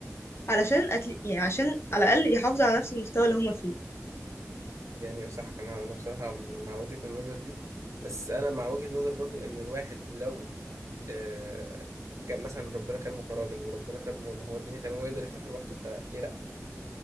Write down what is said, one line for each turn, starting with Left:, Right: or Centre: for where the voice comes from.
Left: علشان أتل... يعني عشان على الاقل يحافظوا على نفس المستوى اللي هما فيه
Right: يعني صح انا انا بصراحه مع وجهه النظر دي بس انا مع وجهه نظر برضو ان الواحد لو آه كان مثلا ربنا كرمه كراجل وربنا كرمه ان هو الدنيا تمام ويقدر يفتحه لوحده فليه لا